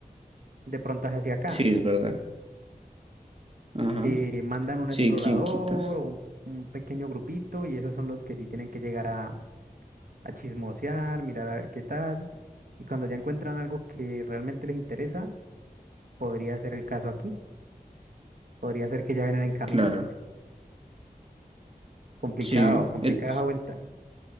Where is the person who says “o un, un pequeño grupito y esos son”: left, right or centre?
Right